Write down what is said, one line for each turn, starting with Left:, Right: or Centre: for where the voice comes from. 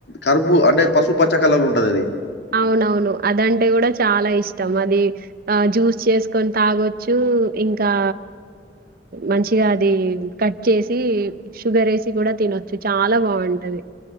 Left: కరుబు అంటే పశు పచ్చ కలర్లో ఉంటది అది
Right: అవునవును అదంటే కూడా చాలా ఇష్టం అది ఆ జ్యూస్ చేసుకొని తాగొచ్చు ఉమ్ ఇంకా మంచిగా అది కట్ చేసి షుగర్ వేసి కూడా డా తినొచ్చు చాలా బాగుంటది